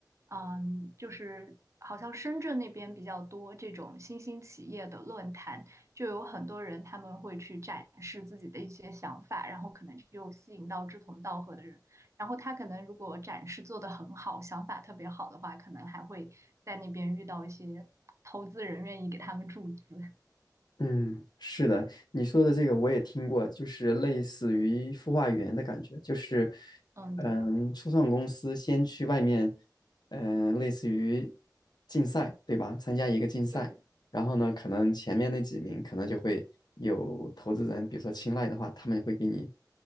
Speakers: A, on the right; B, on the left.
A: 嗯，就是好像深圳那边比较多这种新兴企业的论坛，就有很多人他们会去展示自己的一些想法，然后可能就吸引到志同道合的人然后他可能如果展示做得很好，想法特别好的话，可能还会在那边遇到一些投资人愿意给他们注资。
B: 嗯，是的，你说的这个我也听过，就是类似于孵化园的感觉，就是，
A: 嗯，
B: 嗯，
A: 对
B: 初创公司先去外面，嗯，类似于竞赛，对吧？参加一个竞赛，
A: 对，
B: 然后呢，可能前面那几名可能就会有投资人，比如说青睐的话，他们会给你，